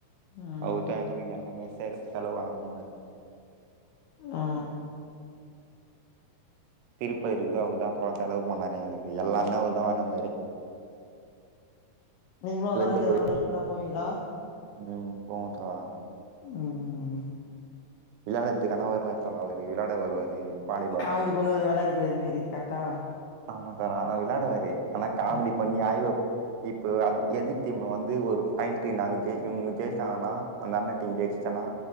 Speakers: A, on the left; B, on the right.
A: ம்
B: அவர்தா எங்களுக்கு எல்லாமே செல் செலவெல்லா பண்ணுவாரு
A: ஆ
B: திருப்பதி இருக்குள்ள அவர்தா தோழா செலவு பண்ணாரு எங்களுக்கு எல்லாமே அவர்தா வாங்கின்னு வந்தாரு
A: நீங்களு அந்தண்ணாக்கு
B: வெளில
A: எதனா
B: போய்
A: ஒரு ஹெல்ப்னா போவீங்களா
B: ம் போவோ‌ தோழா
A: ம்
B: விளாட்றதுக் ஆனா வருவாரு தோழா அவரு விளாட வருவாரு வாலிபால்
A: காமெடி பண்ணுவாரு வெளாடத் தெரியாத மேரி கரெட்டா
B: ஆமா தோழா ஆனா விளாடுவாரு ஆனா காமெடி
A: ம்
B: பண்ணி ஆய்வ இப்போ அத் எதிர் டீம் வந்து ஒரு பாயிண்ட்டு நாங்க ஜெய் இவுங்க ஜெயிச்சிட்டாங்கன்னா அந்த அண்ண டீம் ஜெயிச்சிச்சின்னா